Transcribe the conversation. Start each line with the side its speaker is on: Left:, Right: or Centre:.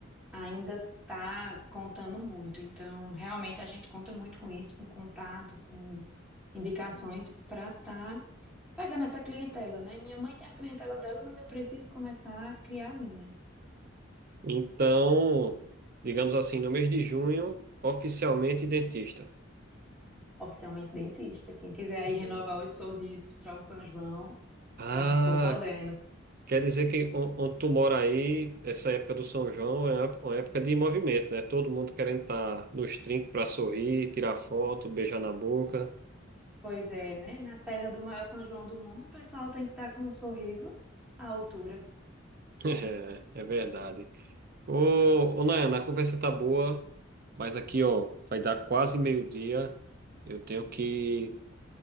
Centre: ainda está contando muito. Então, realmente a gente conta muito com isso, com contato, com indicações para estar pegando essa clientela, né? Minha mãe tem a clientela dela, mas eu preciso começar a criar a minha.
Right: Então, digamos assim, no mês de junho, oficialmente dentista.
Centre: Oficialmente dentista. Quem quiser aí
Right: É.
Centre: renovar os sorrisos para o São João,
Right: Ah,
Centre: já estou podendo.
Right: Quer dizer que on- onde tu mora aí, essa época do São João é uma uma época de movimento, né? Todo mundo querendo estar nos trinques para sorrir, tirar foto, beijar na boca.
Centre: Pois é, né? Na terra do maior São João do mundo, o pessoal tem que estar com um sorriso à altura.
Right: <laughs> É, é verdade. Ô, ô Nayana, a conversa tá boa, mas aqui, ó, vai dar quase meio-dia. Eu tenho que